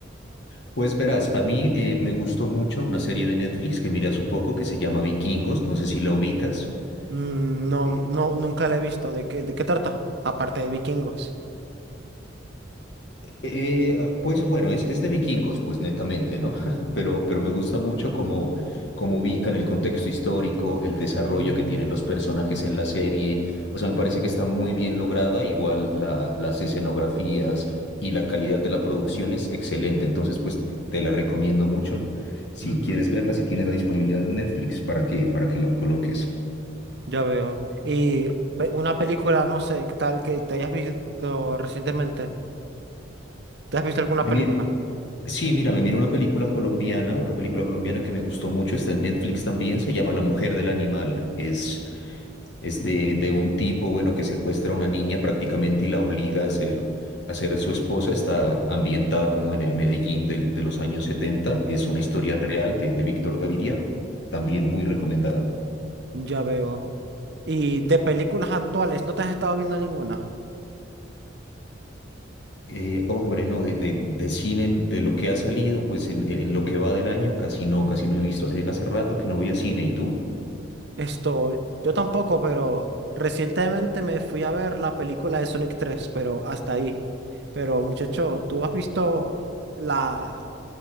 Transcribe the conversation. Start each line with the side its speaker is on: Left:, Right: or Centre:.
Left: Pues verás, a mí eh, me gustó mucho una serie de Netflix que miré hace poco que se llama Vikingos, no sé si la ubicas.
Right: Mm, no,
Left: Eh,
Right: no, nunca la he visto. ¿De qué, de qué trata? Aparte de vikingos.
Left: Eh, ah, pues bueno, es, es de vikingos, pues netamente, ¿no? <laughs> Pero, pero me gusta mucho cómo, cómo ubican el contexto histórico, el desarrollo
Right: Mm,
Left: que tienen los personajes en la serie. O sea, me parece que está muy bien lograda, igual la- las escenografías y la calidad de la producción es excelente. Entonces, pues te te la recomiendo mucho. Si
Right: mm,
Left: quieres verla, si tienes la disponibilidad de Netflix, para que, para que la coloques.
Right: ya veo. Y pe- una película, no sé, tal que te hayas visto recientemente. ¿Te has visto alguna
Left: Me
Right: película?
Left: mir- Sí, mira, me miro una película colombiana, una película colombiana que me gustó mucho, está en Netflix también, se llama La Mujer del Animal. Es, es de, de un tipo, bueno, que secuestra a una niña prácticamente y la obliga a ser, a ser su esposa. Está ambientada como en el Medellín del- de los años setenta Es una historia real de, de Víctor Gaviria, también muy recomendada.
Right: Ya veo. Y de películas actuales, ¿no te has estado viendo ninguna?
Left: Eh, hombre, no, de, de, de cine, en- de lo que ha salido, pues en, en lo que va del año, casi no, casi no he visto. Hace, hace rato que no voy a cine, ¿y tú?
Right: Esto, yo tampoco, pero recientemente me fui a ver la película de Sonic tres, pero hasta ahí. Pero muchacho, ¿tú has visto la,